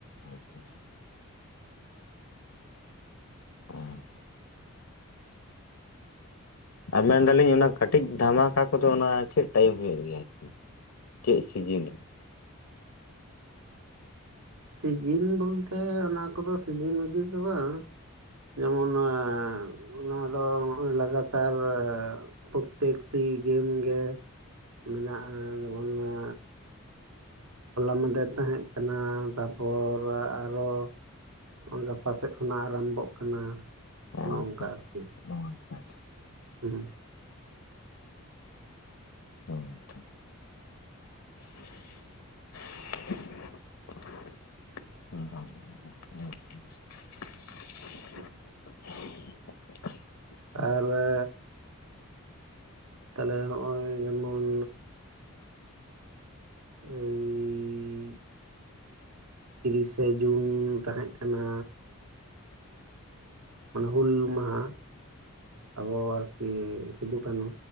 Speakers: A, on the left; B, on the right.
A: ᱟᱪᱪᱷᱟᱪᱷᱟ <unintelligible> ᱟᱨ ᱢᱮᱱ ᱫᱟᱞᱤᱧ ᱚᱱᱟ ᱠᱟᱹᱴᱤᱡ ᱫᱷᱟᱢᱟᱠᱟ ᱠᱚᱫᱚ ᱚᱱᱟ ᱪᱮᱫ ᱴᱟᱭᱤᱢ ᱦᱩᱭᱩᱜ ᱜᱮᱭᱟ ᱟᱨᱠᱤ ᱪᱮᱫ ᱥᱤᱡᱤᱱ
B: ᱥᱤᱡᱤᱱ ᱵᱚᱞᱛᱮ ᱚᱱᱟ ᱠᱚᱫᱚ ᱥᱤᱡᱤᱱ ᱢᱤᱡᱤᱱ ᱫᱚ ᱵᱟᱝ ᱡᱮᱢᱚᱱᱼᱟᱺ ᱚᱱᱟ ᱫᱚ ᱚᱸᱜᱼᱚᱭ ᱞᱟᱜᱟᱛ ᱟᱨ ᱯᱨᱚᱛᱛᱮᱠᱴᱤ ᱜᱮᱢ ᱜᱮ ᱢᱮᱱᱟᱜᱼᱟ ᱚᱱᱟ ᱦᱚᱞᱟ ᱢᱟᱫᱮᱨ ᱛᱟᱦᱮᱸᱜ ᱠᱟᱱᱟ ᱛᱟᱨᱯᱚᱨ ᱟᱨᱚ <unintelligible> ᱜᱟᱯᱟᱥᱮᱫ ᱠᱷᱚᱱᱟᱜ ᱟᱨᱟᱢᱵᱚᱜ ᱠᱟᱱᱟ
A: ᱚ
B: ᱱᱚᱝᱠᱟ
A: ᱟᱪᱪᱷᱟ ᱟᱪᱪᱷᱟ
B: ᱟᱨᱠᱤ
A: ᱚ ᱟᱪᱪᱷᱟ
B: <unintelligible>
A: <unintelligible> <unintelligible> <unintelligible>
B: <unintelligible>
A: <unintelligible>
B: ᱟᱨᱟᱹ ᱛᱟᱦᱚᱞᱮ ᱦᱚᱜᱼᱚᱭ ᱡᱮᱢᱚᱱ ᱟᱹᱭᱻᱤ ᱛᱤᱨᱤᱥᱮ ᱡᱩᱱ ᱛᱟᱦᱮᱸᱜ ᱠᱟᱱᱟ᱾ ᱚᱱᱟ ᱦᱩᱞ ᱢᱟᱦᱟ ᱟᱵᱚ ᱟᱣᱚᱨ ᱠᱤ ᱥᱤᱫᱩ ᱠᱟᱹᱱᱦᱩ᱾